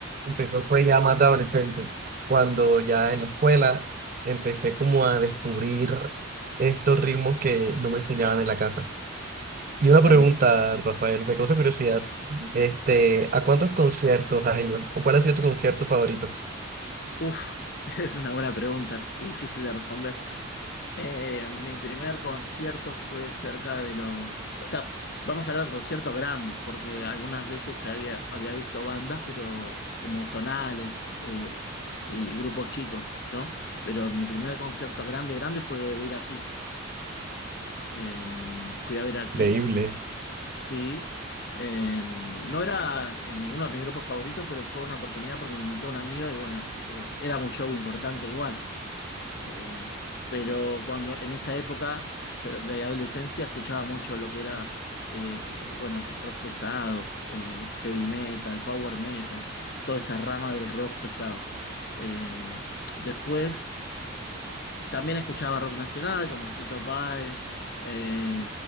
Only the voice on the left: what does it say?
Claro.
Uf, <laughs> es una buena pregunta y difícil de responder. Eh, mi primer concierto fue cerca de los, o sea, vamos a hablar de conciertos grandes, porque algunas veces había, había visto bandas, pero como zonales eh, y grupos chicos, ¿no? Pero mi primer concierto grande, grande fue ver a Kiss. Eh, fui a ver a Kiss,
sí. Eh, no era en mi- uno de mis grupos favoritos, pero fue una oportunidad porque me invitó un amigo y bueno, eh, era un show importante igual. Eh, pero cuando en esa época, yo era de adolescencia, escuchaba mucho lo que era, eh, eh, bueno, rock pesado, eh, heavy metal, power metal, toda esa rama del rock pesado. Eh, después también escuchaba rock nacional como Fito Páez, eh,